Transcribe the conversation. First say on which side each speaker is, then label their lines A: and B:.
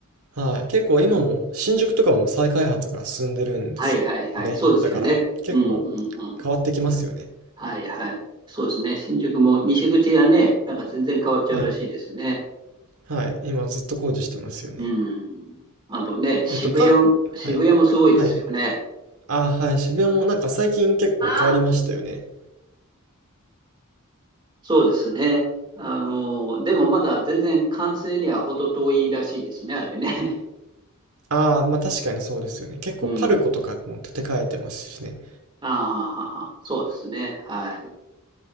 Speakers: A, on the right; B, on the right.
A: はい。結構今も新宿とかも再開発が進んでるんですよね。
B: はいはいはい。そうですよね。
A: だから結構
B: うんうんうん。
A: 変わってきますよね。
B: はいはい。そうですね。新宿も西口がね、なんか全然変わっちゃうらしいですね。
A: はい。はい。今ずっと工事してますよね。
B: うん。あとね、渋谷、
A: えっと、かん、
B: 渋谷もすごいですよね。
A: はい。はい。ああ、はい、渋谷もなんか最近結構変わりましたよね。
B: あ、そうですね。あの、でもまだ全然完成には程遠いらしいですね、あれね。
A: ああ、まあ確かにそうですよね。結構パルコとかも建て替えてますしね。
B: <laughs> うん。ああ、はあはあはあそうですね。はい。